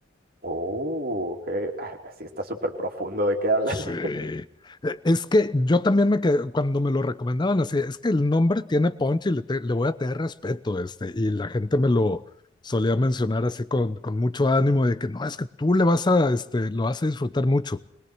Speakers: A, on the right; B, on the left.
A: Oh, ok. Ah, sí, está súper profundo de qué hablas.
B: Sí. Eh, Es que yo también me quedé, cuando me lo recomendaban así, es que el nombre tiene punch y le, te- le voy a tener respeto, este, y la gente me lo solía mencionar así con, con mucho ánimo de que no, es que tú le vas a, este, lo vas a disfrutar mucho.